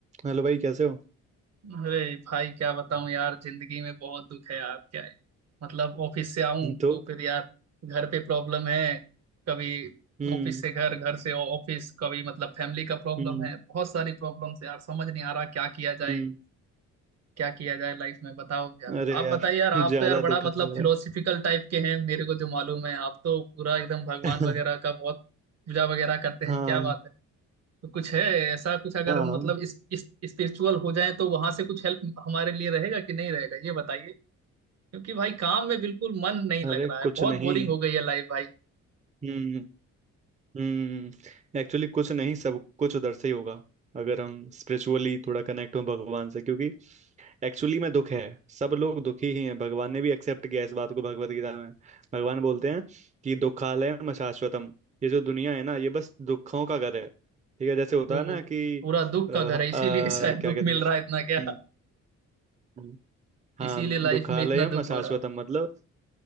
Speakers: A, on the right (about 25°); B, on the right (about 55°).
A: Hello भाई कैसे हो
B: अरे भाई क्या बताऊं यार जिंदगी में बहुत दुख है यार क्या है मतलब ऑफिस से आऊं
A: तो
B: तो फिर यार घर पे प्रॉब्लम है कभी
A: हम्म
B: ऑफिस से घर घर से ऑफिस कभी मतलब फैमिली का प्रॉब्लम
A: हम्म
B: है बहुत सारी प्रॉब्लम्स यार समझ नहीं आ रहा क्या किया जाए
A: हम्म
B: क्या किया जाए लाइफ में बताओ यार
A: अरे
B: आप
A: यार
B: बताइए यार आप
A: ज्यादा
B: तो यार बड़ा
A: दिक्कत
B: मतलब
A: लग
B: फिलोसफिकल
A: रहा
B: टाइप के हैं मेरे को जो मालूम है आप तो पूरा एकदम भगवान
A: है <laughs>
B: वगैरह का बहुत पूजा वगैरह करते हैं
A: हाँ
B: क्या बात है तो कुछ है ऐसा कुछ अगर
A: हाँ
B: हम मतलब इस इस स्पिरिचुअल हो जाएं तो वहां से कुछ हेल्प हमारे लिए रहेगा कि नहीं रहेगा ये बताइए क्योंकि भाई काम में बिल्कुल मन नहीं लग
A: अरे
B: रहा है
A: कुछ
B: बहुत
A: नहीं
B: बोरिंग हो गई है लाइफ भाई
A: हम्म हम्म एक्चुअली कुछ नहीं सब कुछ उधर से ही होगा अगर हम स्पिरिचुअली थोड़ा कनेक्ट हो भगवान से क्योंकि एक्चुअली में दुख है सब लोग दुखी ही हैं भगवान ने भी एक्सेप्ट किया इस बात को भगवत गीता में भगवान बोलते हैं कि दुखालयम शाश्वतम ये जो दुनिया है ना ये बस दुखों का घर है ठीक है जैसे होता
B: वो
A: है ना कि
B: पूरा दुख
A: अ, अ,
B: का घर है इसीलिए
A: क्या
B: <laughs> शायद दुख
A: कहते
B: मिल
A: हैं उस-
B: रहा है इतना क्या
A: हम्म, हम्म। हाँ
B: इसीलिए लाइफ
A: दुखालयम
B: में इतना दुख
A: अशाश्वतम
B: हो रहा है
A: मतलब